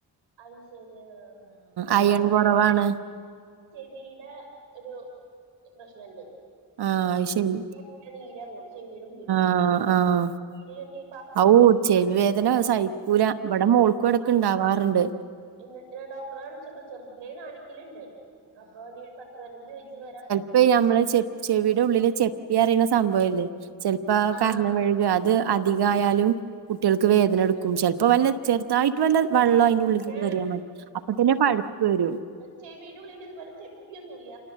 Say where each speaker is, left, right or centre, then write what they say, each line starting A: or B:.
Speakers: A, on the right (about 80°); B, on the right (about 60°).
A: അഹ്ശരി ആ വടെ
B: അയൺ
A: മോന്
B: കൊറവാണ്
A: ചെവീടെ ഒരു പ്രശ്നണ്ട്
B: ആഹ് അയ്ശരി
A: നല്ലനീരങ്ങും ചെവീടെ ഉള്ളിൽ
B: ആഹ് ആഹ്
A: പ്പോ നീര്കെട്ടീ
B: ഔ ചെവി വേദന സൈക്കൂല വടെ മോൾക്കുംടെക്ക്
A: അപ്
B: ഇണ്ടാവാറുണ്ട്
A: എന്നിട്ട് ഡോക്ടറെ കാണിച്ചപ്പോ ചെറുദിലേ കാണിക്കെല്ണ്ട് അപ്പൊ ന് പത്ത് പതിനഞ്ച് വയസ്സ് വരെ
B: ഇപ്പൊ നമ്മള് ചെ ചെവിയുടെ ഉള്ളില് ചെപ്പി അറിയുന്ന സംഭവംല്ലേ ചെിലപ്പോ
A: ആ
B: കർണ മെഴുക അത് അധികയാലും കുട്ടികൾക്ക് വേദന എടുക്കും ചിലപ്പോ വല്ല ചെറുതായിട്ട് വല്ല വെള്ളം അതിന്റെറെ
A: പക്ഷെ
B: ഉള്ളിക്ക് കേറിയൻ മതി അപ്പ തന്നെ പഴുപ്പ് വരും
A: ചെവീടുള്ളിൽ ഇതുപോലെ ചെപ്പിയൊന്നുല്ല